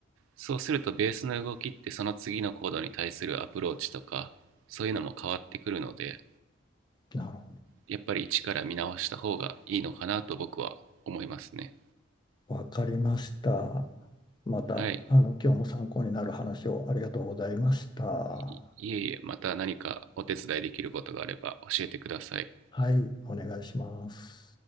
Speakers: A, on the right (about 80°); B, on the left (about 20°).
A: そうするとベースの動きってその次のコードに対するアプローチとかそういうのも変わってくるので
B: い、なるほ
A: やっぱり一から見直した方がいいのかなと僕は思いますね。
B: ど。わかりました。また、
A: はい。
B: あの、今日も参考になる話をありがとうございました。は
A: いいえいえ、また何かお手伝いできることがあれば教えてください。
B: い、お願いします。